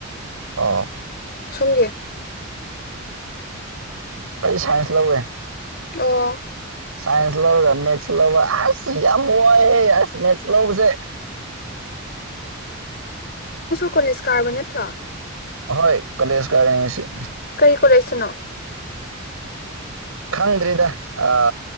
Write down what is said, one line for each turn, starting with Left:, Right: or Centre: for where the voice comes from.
Right: ꯑ <unintelligible> <inaudible>
Left: ꯁꯣꯝꯖꯦ
Right: ꯑꯩ ꯁꯥꯏꯟꯁ ꯂꯧꯕꯋꯦ
Left: ꯑ <unintelligible> <inaudible>
Right: ꯁꯥꯏꯟꯁ ꯂꯧꯧꯕꯒ ꯃꯦꯠꯁ ꯂꯧꯧꯕ ꯑꯠ ꯌꯥꯝ ꯋꯥꯏ ꯃꯦꯠꯁ ꯂꯧꯕꯁꯦ
Left: ꯀꯣꯂꯁ ꯀꯥꯔꯕ ꯅꯠꯇ꯭ꯔꯣ
Right: ꯍꯣꯏ ꯀꯂꯦꯖ ꯀꯅꯤꯁꯤ
Left: ꯀꯔꯤ ꯀꯣ ꯂꯩꯁꯅꯣ
Right: ꯈꯪꯗ꯭ꯔꯔꯤꯗ ꯑ